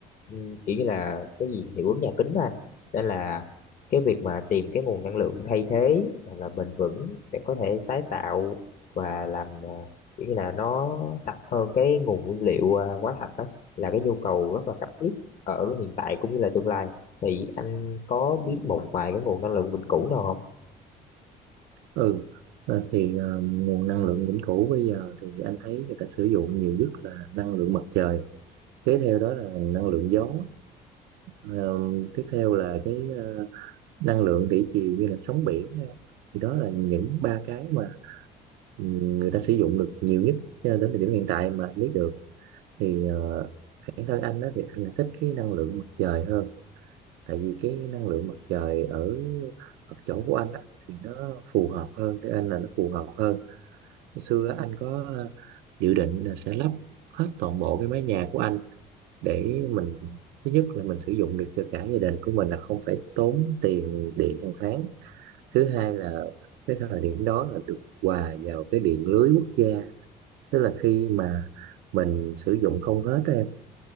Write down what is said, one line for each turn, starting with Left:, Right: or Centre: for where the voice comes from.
Left: ừ, kiểu như là cái gì hiệu ứng nhà kính đó anh nên là cái việc mà tìm cái nguồn năng lượng thay thế hoặc là bền vững để có thể tái tạo và làm ờ, kiểu như là nó sạch hơn cái nguồn nguyên liệu ờ, hóa thạch đó là cái nhu cầu rất là cấp thiết ở hiện tại cũng như là tương lai thì anh có biết một vài cái nguồn năng lượng vĩnh cửu nào không?
Right: ừ Ờ, thì ờ, nguồn năng lượng vĩnh cửu bây giờ thì anh thấy người ta sử dụng nhiều nhất là năng lượng mặt trời kế theo đó là năng lượng gió Ờ, tiếp theo là cái ờ, năng lượng thủy triều như là sóng biển nè. thì đó là những ba cái mà ừ, người ta sử dụng được nhiều nhất cho nên đến thời điểm hiện tại mà anh biết được thì ờ, bản thân anh đó thì anh lại thích cái năng lượng mặt trời hơn tại vì cái năng lượng mặt trời ở ở chỗ của anh á thì nó phù hợp hơn cái anh là nó phù hợp hơn Hồi xưa á, anh có ờ, dự định là sẽ lắp hết toàn bộ cái mái nhà của anh để mình thứ nhất là mình sử dụng được cho cả gia đình của mình là không phải tốn tiền điện hàng tháng. Thứ hai là cái thời điểm đó là được hòa vào cái điện lưới quốc gia. Tức là khi mà mình sử dụng không hết á em,